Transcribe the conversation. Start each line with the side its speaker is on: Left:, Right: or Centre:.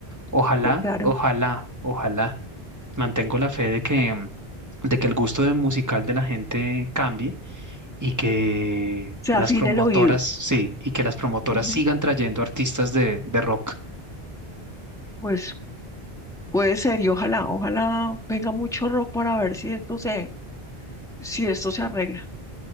Right: Ojalá,
Centre: Sí, claro,
Right: ojalá, ojalá. Mantengo la fe de que, mm, de que el gusto de musical de la gente cambie y que
Centre: se
Right: las
Centre: afina
Right: promotoras,
Centre: el oído.
Right: sí, y que las promotoras
Centre: Ujú.
Right: sigan trayendo artistas de, de rock.
Centre: Pues puede ser y ojalá, ojalá venga mucho rock para ver si esto se, si esto se arregla.